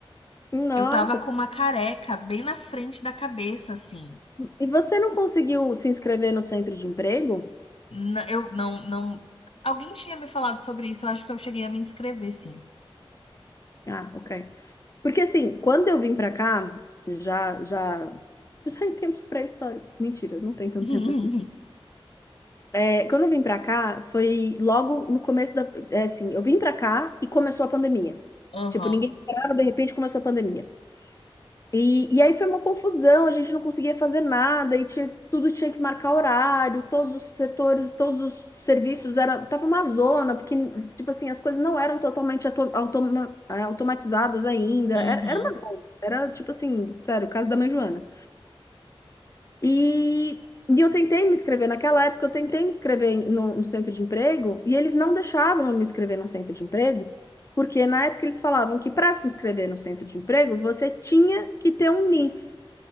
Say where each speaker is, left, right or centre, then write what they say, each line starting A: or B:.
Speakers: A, on the left; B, on the left.
A: nossa.
B: Eu tava com uma careca bem na frente da cabeça, assim.
A: E você não conseguiu se inscrever no centro de emprego?
B: N- eu não, não. Alguém tinha me falado sobre isso, eu acho que eu cheguei a me inscrever, sim.
A: Ah, ok. Porque assim, quando eu vim pra cá, já, já, já em tempos pré-históricos. Mentira, não tem tanto
B: <laughs>
A: tempo assim. É, quando eu vim pra cá, foi logo no começo da, é, assim, eu vim pra cá e começou a pandemia.
B: Aham.
A: Tipo, ninguém esperava, de repente começou a pandemia. E, e aí foi uma confusão, a gente não conseguia fazer nada, e tinha, tudo tinha que marcar horário, todos os setores, todos os serviços, era, tava uma zona, porque, tipo assim, as coisas não eram totalmente auto- automa- eh, automatizadas ainda,
B: Uhum.
A: era, era uma zona, era, tipo assim, sério, o caso da mãe Joana. E, e eu tentei me inscrever, naquela época eu tentei me inscrever em- no, no centro de emprego, e eles não deixavam eu me inscrever no centro de emprego, porque na época eles falavam que para se inscrever no centro de emprego, você tinha que ter um NIS